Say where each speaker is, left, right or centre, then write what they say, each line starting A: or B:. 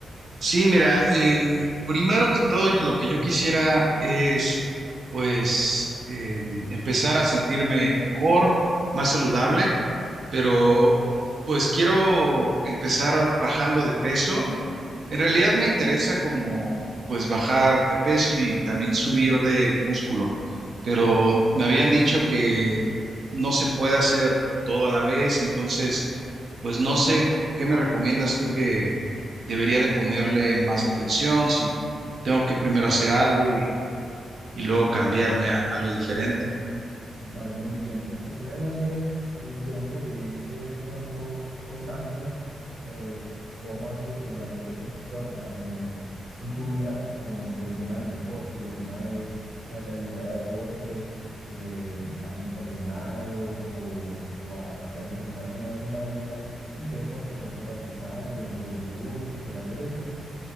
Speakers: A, on the right; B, on the right.
A: Sí, mira, em, primero que todo lo que yo quisiera es pues em, empezar a sentirme mejor, más saludable, pero pues quiero empezar bajando de peso. En realidad me interesa como pues bajar de peso y también subir de músculo, pero me habían dicho que no se puede hacer todo a la vez, entonces pues no sé qué me recomiendas tú debería de ponerle más atención, si tengo que primero hacer algo y, y luego
B: Claro.
A: cambiarme a algo diferente.
B: Me parece muy bien. Lo que puedes hacer iniciando es eh, de pronto contándome eh, cómo ha sido tu relación de pronto a, a- a nivel en tu vida con, con el tema del deporte. Si alguna vez has realizado deporte, eh, has entrenado o, o has- te has ejercitado alguna vez en la vida y qué deporte de pronto practicaste o en tu juventud o que lo hayas hecho